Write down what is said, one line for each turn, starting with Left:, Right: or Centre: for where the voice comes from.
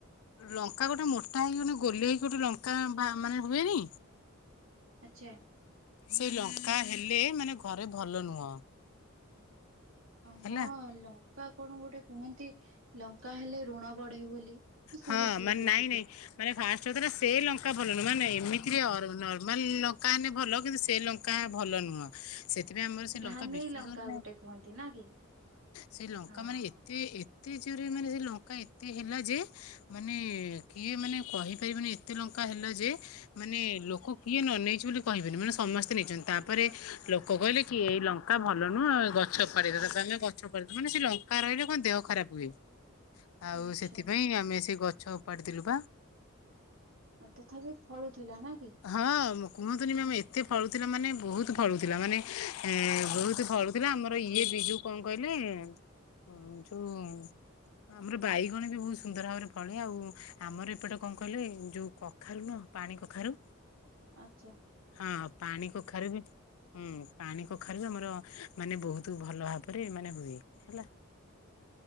Left: ଲଙ୍କା ଗୋଟେ ମୋଟା ହେଇକି ଗୋଟେ ଗୋଲି ହେଇକି ଗୋଟେ ଲଙ୍କା ମାନେ ହୁଏନି?
Right: ଆଚ୍ଛା।
Left: ସେଇ ଲଙ୍କା ହେଲେ ମାନେ ଘରେ ଭଲ ନୁହଁ।
Right: ହଁ
Left: ହେଲା
Right: ଲଙ୍କା କଣ ଗୋଟେ କୁହନ୍ତି ଲଙ୍କା ହେଲେ ଋଣ ବଢେ ବୋଲି। ମୁଁ ଶୁଣିଛି
Left: ହଁ ମାନେ
Right: ସେତିକି।
Left: ନାଇଁ ନାଇଁ ମାନେ ଫାଷ୍ଟ ସେ ଲଙ୍କା ଭଲ ନୁ ମାନେ ଏମିତିରେ ନର୍ମାଲ ଲଙ୍କା ହେଲେ ଭଲ କିନ୍ତୁ ସେ ଲ ଙ୍କା ଭଲ ନୁହଁ ସେ ଏଥିପାଇଁ ଆମର ସେ
Right: ଧାନେଇ
Left: ଲଙ୍କା ବିଶ୍ୱାସ
Right: ଲଙ୍କା
Left: ହଁ
Right: ଗୋଟେ କୁହନ୍ତି ନା କି?
Left: ସେ ଲଙ୍କା
Right: ହଁ
Left: ମାନେ ଏତେ ଏତେ ଜୋରେ ମାନେ ସେ ଲଙ୍କା ଏତେ ହେଲା ଯେ ମାନେ କିଏ ମାନେ କହିପାରିବେନି ଏତେ ଲଙ୍କା ହେଲା ଯେ ମାନେ ଲୋକ କିଏ ନ ନେଇଛି ବୋଲି କହିବେନି ମାନେ ସମସ୍ତେ ନେଇଛନ୍ତି ତାପରେ ଲୋକ କହିଲେ କି ଏଇ ଲଙ୍କା ଭଲ ନୁହଁ ଗଛ ପାଦେ ତା ଆମେ ଗଛ ପାଦ ମାନେ ସେ ଲଙ୍କା ରହିଲେ କଣ ଦେହ ଖରାପ ହୁଏ। ଆଉ
Right: ଆଚ୍ଛା।
Left: ସେଥିପାଇଁ ଆମେ ସେ ଗଛ ଉପାଡି ଦେଲୁ ବା
Right: ଆଉ ତଥାପି ଫଳୁଥିଲା ନା କି?
Left: ହଁ କୁହନ୍ତୁନି ମ୍ୟାାମ ଏତେ ଫଳୁଥିଲା ମାନେ ବହୁତ ଫଳୁଥିଲା ମାନେ ବହୁତ ଫଳୁ ତେବେ ଆମର ଇଏ ବିଜୁ କଣ କହିଲେ ହଁ ଯୋଉ ଆମର ବାଇଗଣ ବି ବହୁ ସୁନ୍ଦର ଭାବରେ ଫଳେ। ଆଉ ଆମର ଏପଟେ କଣ କହିଲେ ଯୋଉ କଖାରୁ ନୁହ ପାଣି କଖାରୁ
Right: ଆଚ୍ଛା
Left: ହଁ ପାଣି କଖାରୁ ବି ହୁଁ ପାଣି କଖାରୁ ଆମର ମାନେ ବହୁତ ଭଲ ଭାବରେ ମାନେ ହୁଏ ହେଲା।